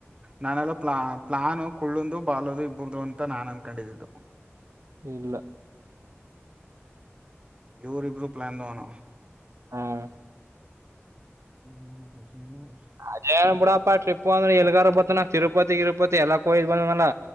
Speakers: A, on the right; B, on the right.
A: ನಾನೆಲ್ಲ ಪ್ಲಾ ಪ್ಲಾನ್ ಕುಳ್ಳಂದು ಬಾಾಲದು ಇಬ್ಬರದು ಅಂತ ನಾನನ್ ಅನ್ಕೊಂಡಿದ್ದಿದ್ದು
B: ಇಲ್ಲ
A: ಈವರು ಇಬ್ರು ಪ್ಲಾನ್ ತನ
B: ಹ್ಮ್
A: ಹ್ಮ ಹ್ಮ್
B: ಅದೇ ಬಿಡಪ್ಪಾ ಟ್ರಿಪ್ ಅಂದ್ರೆ ಎಲ್ಗಾರ ಬತ್ತ ನ ತಿರುಪತಿ ತಿರುಪತಿ ಎಲ್ಲಾ ಹೋ್ ಬಂದನಾ